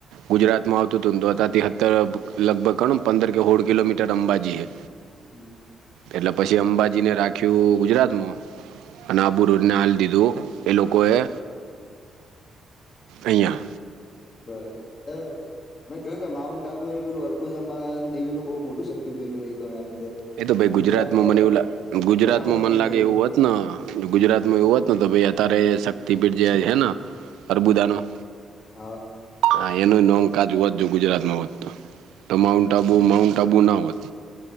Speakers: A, on the right; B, on the left.
A: ગુજરાતમાં આવતું હતું ને તોો હતાથીત લગભગ કોણ પંદર કેોળ કિલોમીટર અંબાજી છે
B: હમ
A: એટલે પછી અંબાજી ને રાખ્યું ગુજરાતમાં અને આબુ રને હાલ દીધું એ લોકોગોએ અયા
B: બરાબર મેં જોયું કે માઉન્ટ આબુ એ પેલું અર્બુદામાં દેવી નું બહુ મોટું શક્તિપીઠ છે એ અંદર
A: એ તો ભાઈ
B: અને
A: ગુજરાતમાં
B: ત્યાં તો
A: મને એવું ગુજરાત
B: ઘણા બધા
A: માં મન
B: મંદિર
A: લાગે એવું હોત ગુજરાતમાં એવું હોત ને તો ભાઈ અત્યારે શક્તિપીઠ જે છેે ને અરબુ દનોો
B: હા
A: હા એનું નોમ કાચ વધજ ગુજરાતમાં હોત તો તો માઉન્ટ આબુ માઉન્ટ આબુ ના હોત